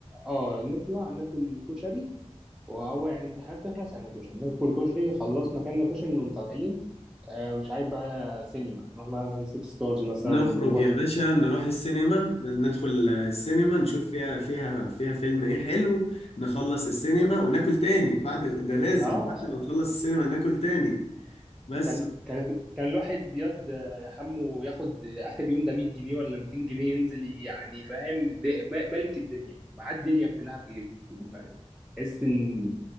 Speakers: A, in the centre; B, on the left.
A: اه نطلع ناكل كشري وهو يعني امتحانات تخلص يعني كشري ناكل كشري خلصنا كنا كشري نقوم طالعين آه مش عارف بقى سينما نروح مثلا سيت ستارز مثلا
B: نخرج
A: نروح
B: يا باشا نروح السينما ندخل السينما نشوف فيها فيها فيها فيلم ايه حلو نخلص السينما وناكل تاني بعد ال- ده لازم
A: اه
B: بعد
A: اه
B: ما نخلص السينما ناكل تاني بس
A: كان كان كان الواحد ياض آه، يا حمو ياخد اخر يوم ده 100 جنيه ولا 200 جنيه ينزل يعني فاهم د- م- ملك الدنيا معاه الدنيا كلها في جيبه فاهم تحس ان